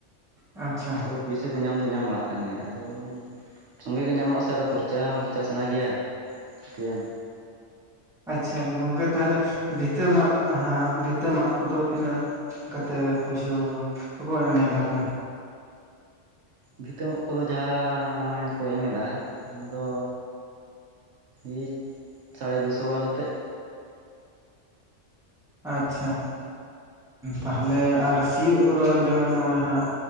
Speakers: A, in the centre; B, on the right (about 65°).
A: ᱟᱪᱪᱷᱟ
B: ᱛᱚ ᱯᱩᱭᱥᱟᱹ ᱠᱚ ᱧᱟᱢ ᱫᱚ ᱧᱟᱢ ᱵᱟᱲᱟᱜ ᱠᱟᱱ ᱜᱮᱭᱟ ᱟᱫᱚ ᱥᱚᱸᱜᱮ ᱜᱮ ᱧᱟᱢᱚᱜ ᱟᱥᱮ ᱟᱫᱚ ᱠᱷᱚᱨᱪᱟ ᱦᱚᱸ ᱠᱷᱚᱨᱪᱟ ᱥᱟᱱᱟ ᱜᱮᱭᱟ ᱪᱤᱠᱟᱹᱭᱟᱢ
A: ᱟᱪᱪᱷᱟ ᱜᱚᱝᱠᱮ ᱛᱟᱦᱚᱞᱮ ᱵᱷᱤᱛᱟᱹ ᱢᱟᱜ ᱦᱟᱸᱜ ᱵᱷᱤᱛᱟᱹ ᱢᱟᱜ ᱠᱚᱫᱚ ᱛᱤᱱᱟᱹᱜ ᱠᱟᱛᱮ ᱯᱩᱭᱥᱟᱹ ᱠᱚ ᱠᱚᱫᱚ ᱮᱢᱮᱫᱟᱠᱚ
B: ᱵᱷᱤᱛᱟᱹ‌ ᱢᱟᱜ ᱠᱚᱫᱚ ᱡᱟᱦᱟᱸ ᱱᱚᱜᱼᱚᱭ ᱠᱚ ᱮᱢ ᱮᱫᱟ ᱚᱱᱟ ᱫᱚ ᱮᱭ ᱥᱟᱲᱮ ᱫᱩᱥᱚ ᱜᱟᱱ ᱟᱛᱮᱫ
A: ᱟᱪᱪᱷᱟ ᱛᱟᱦᱞᱮ ᱟᱨ ᱥᱤᱭᱳᱜ ᱠᱚᱫᱚ ᱡᱮᱢᱚᱱ ᱱᱚᱜᱼᱚᱭ ᱦᱟᱸᱜ